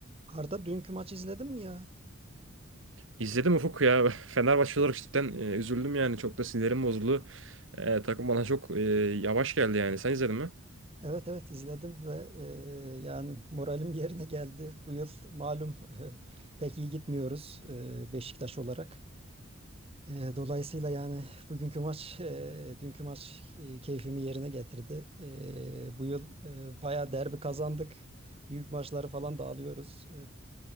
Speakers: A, on the right (about 30°); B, on the right (about 65°).
A: Arda dünkü maçı izledin mi ya?
B: İzledim Ufuk ya. <laughs> Fenerbahçe olarak cidden e, üzüldüm yani. Çok da sinirim bozuldu. E, takım bana çok e, yavaş geldi yani. Sen izledin mi?
A: Evet evet izledim ve e, yani moralim yerine geldi. Bu yıl malum <laughs> pek iyi gitmiyoruz e, Beşiktaş olarak. E, dolayısıyla yani bugünkü maç, e, dünkü maç e, keyfimi yerine getirdi. E, bu yıl e, bayağı derbi kazandık. Büyük maçları falan da alıyoruz. E,